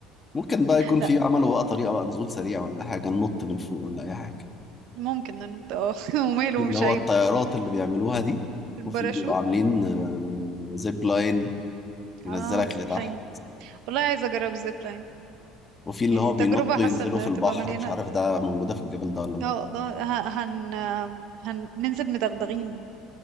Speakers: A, on the left; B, on the right.
A: ممكن بقى يكون في
B: لا
A: عملوا بقى طريقة بقى نزول سريع ولا حاجة ننط من فوق ولا أي حاجة
B: ممكن ننط اه <laughs> وماله
A: دي اللي
B: مش
A: هو
B: عيب
A: الطيارات اللي بيعملوها دي
B: الباراشوت
A: وفي بيبقوا عاملين آه، زيب لاين ينزلك
B: اه زيبلاين
A: لتحت
B: والله عايزه اجرب زيبلاين
A: وفي اللي
B: يعني
A: هو بينطوا
B: تجربة حاسة
A: ينزلوا
B: ان
A: في البحر
B: تبقى مليانة
A: مش عارف ده موجودة في الجبل ده ولا لا
B: اه ده ه- هن هننزل مدغدغين